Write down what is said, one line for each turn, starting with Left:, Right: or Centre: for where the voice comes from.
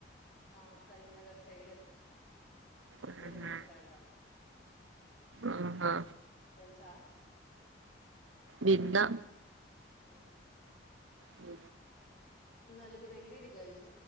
Left: ఆ కరీంనగర్. సైడ్
Right: ఆహా
Left: జమ్మికుంట అంట
Right: ఆహా
Left: తెలుసా
Right: విన్నా.
Left: ఊ
Right: అఓ
Left: నలుగురు ఎల్లిర్రు గార్ల్స.